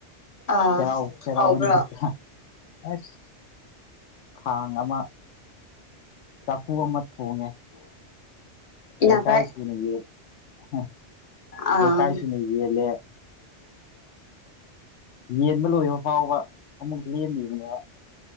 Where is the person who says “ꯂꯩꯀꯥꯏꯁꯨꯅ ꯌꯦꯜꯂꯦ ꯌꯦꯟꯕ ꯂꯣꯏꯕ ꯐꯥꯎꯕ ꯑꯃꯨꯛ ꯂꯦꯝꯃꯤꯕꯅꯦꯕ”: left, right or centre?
Left